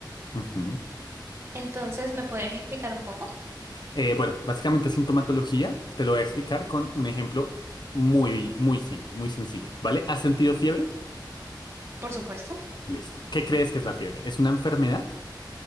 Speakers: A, on the left; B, on the right.
A: Ujú.
B: entonces ¿me podrías explicar un poco?
A: Eh, bueno, básicamente sintomatología te lo voy a explicar con un ejemplo muy, muy simple, muy sencillo, ¿vale? ¿Has sentido fiebre?
B: Por supuesto.
A: Listo. ¿Qué crees que es la fiebre? ¿Es una enfermedad?